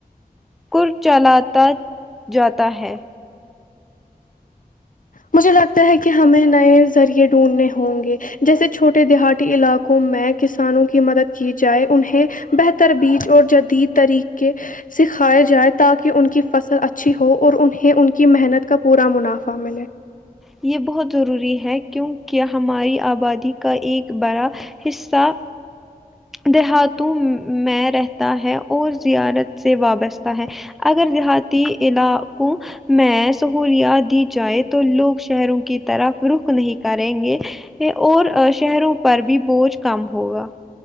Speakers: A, in the centre; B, on the left.
A: کر چلا جاتا تا ہے
B: مجھے لگتا ہے کہ ہمیں نئے ذریعے ڈھونڈنے ہوں گے جیسے چھوٹے دیہات علاقوں کو میں کسانوں کی مدد کی جائے انہیں بہتر بیج اور جدید طریقے سکھاائے جائے تاکہ ان کی فصل اچھی ہو اور انہیں ان کی محنت کا پورا منافع ملے
A: یہ بہت ضروری ہے کیونکہ ہماری آبادی کا ایک بڑا حصہ دیہاتوں میں رہتا ہے اور زیارت سے وابستہ ہے اگر دیہاتی علاقوں میں سہولیات دی جائے تو لوگ شہروں کی طرف رخ نہیں کریں گے یہ اور شہروں پر بھی بوج کم ہوگا